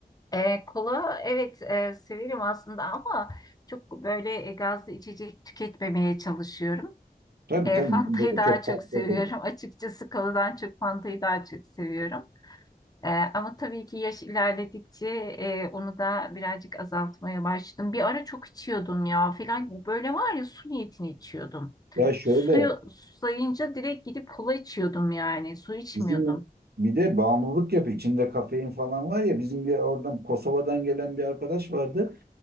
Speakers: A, on the left; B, on the right.
A: e, kola evet e, severim aslında ama çok böyle e, gazlı içecek tüketmemeye çalışıyorum.
B: Tabii
A: E,
B: canım
A: <laughs> Fanta'yı
B: böyle
A: daha
B: çok
A: çok
B: fazla
A: seviyorum.
B: değil.
A: <laughs> Açıkçası koladan çok Fanta'yı daha çok seviyorum. Ee, ama tabii ki yaş ilerledikçe e, onu da birazcık azaltmaya başladım. Bir ara çok içiyordum ya filan. Böyle var ya su niyetini içiyordum.
B: Ya şöyle
A: Suyu sayınca direkt gidip kola içiyordum yani. Su içmiyordum.
B: bizim bir de bağımlılık yapı içinde kafein falan var ya bizim bir oradan Kosova'dan gelen bir arkadaş vardı.